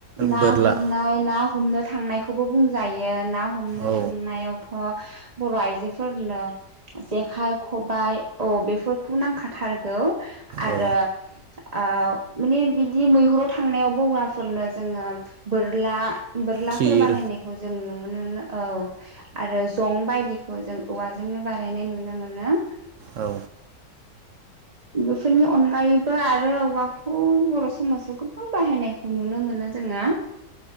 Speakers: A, on the right (about 25°); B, on the right (about 75°).
A: ना
B: बोरला
A: गुरनाय ना हमनाय थांनायखौबो बुंजायो ना हमनो
B: औ
A: थांनायावथ' बर' आयजोफोरनो जेखाइ खबाइ औ बेफोरखौ नांखा थारगौ आरो
B: औ
A: ओ माने बि मैहुराव थांनायावबो हौवाफोरनो जोङो बोरला बोरलाफोर
B: थिर
A: बानायनायखौ जों नुनो। नुनो औ आरो जं बाय दिखौ जों औवाजोंनो बानायनाय नुनो मोनो।
B: औ
A: बेफोरनि अनगायैबो आरो औवाखौ बर' समाजाव गोबां बाहायनायखौ नुनो मोनो जोङो